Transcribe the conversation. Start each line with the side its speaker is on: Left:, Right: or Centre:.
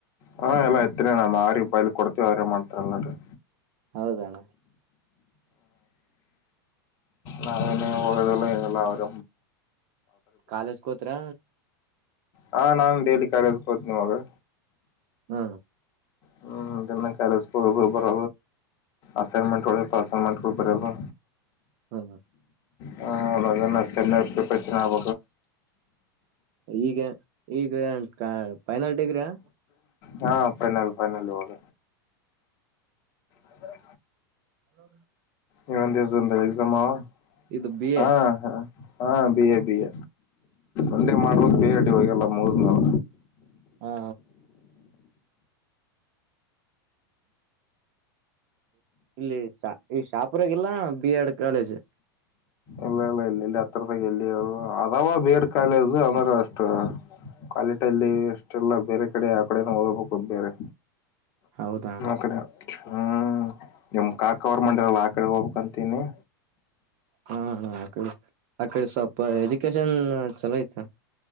Left: ಹಾ ಎಲ್ಲ ಇತ್ನನೆ ನಮ್ ಆ್ರಿಗೆ ಬಾಯ್ಲಿ ಕೊಡ್ತೀವಿ ಅವ್ರ ಮಾಡ್ತಾರಲ್ಲ ನೋಡರಿ
Right: ಹೌದಣ್ಣ
Left: ನಾವೇನ ಹೋಗೋದು ಎಲ್ಲ ಅವರ
Right: ಕಾಲೇಜ್ ಕೋತ್ರರ
Left: ಹಾ ನಾನ್ ಡೇಲಿ ಕರೆಸ್ಬಹದು ನಮಗೆ
Right: ಹ್ಮ
Left: ಹ್ಮನ್ನ ಕ್ಯಾಲೇಜ ಪ ಬರ ಅಸೈನ್ಮೆಂಟ್ ಹೊಳೆಯ ಅಸೈನ್ಮೆಂಟ್ಗಳು ಬರುವ
Right: ಹ್ಮ
Left: ಹ ಸ ಪ್ರಿಪರೇಶನ್ಾಗ
Right: ಈಗ ಈಗ ಫೈನಲ್ ಡಡಿಗ್ರಿಯಾ
Left: ಹಾ ಫೈನಲ್ ಫೈನಲ್ ಹೋಗ ಅದರ
Right: ಹಲೋ
Left: ನೀಂದ ಎಕ್ಸಾಮ ಆವಾ
Right: ಇದು ಬಿ
Left: ಹ
Right: ಎ
Left: ಹ ಹಾ ಬಿಿಯ ಬಿಿಯ ಒಂದೇ ಮಾಡ್ಬೇಕಕ್ ಬಿಟಿ ಹೋಗಲ್ಲ ಮುಗದ ಮಾಲ
Right: ಹಾ ಇಲ್ಲಿ ಈ ಶಾಪುರಗಲ್ಲ ಬಿ ಎಡ್ ಕಾಲೇಜ್
Left: ಇಲ್ಲ ಇಲ್ಲ ಇಲ್ಲ ಇಲ್ಲಿ ಹತ್ರದಾಗ ಎಲ್ಲಿರು ಅದಾವ ಬೇಡ್ ಕಾಲದು ಅಂದ್ರೆ ಅಷ್ಟ ಕ್ಾಲಿ ಕಲ್ಲಿ ಅಷ್ಟೆಲ್ಲ ಬೇರೆ ಕಡೆ ಆ ಕಡೆನ ಓದಬೇಕು ಅ ಬೇರೆ
Right: ಹೌದಾ
Left: ಮಡೆ ಹ್ಮ್ ನಿಮ್ ಕಾಕ ಅವ್ರ ಮಂಡಿರಲ್ಲ ಆ ಕಡೆ ಹೋಗ್ಬೇಕಕ್ಂತನಿ
Right: ಹ ಆ ಆಕಡೆ ಸ್ವಲ್ಪ ಎಜುಕೇಶನ್ ಚಲೋ ಆಐ್ತ.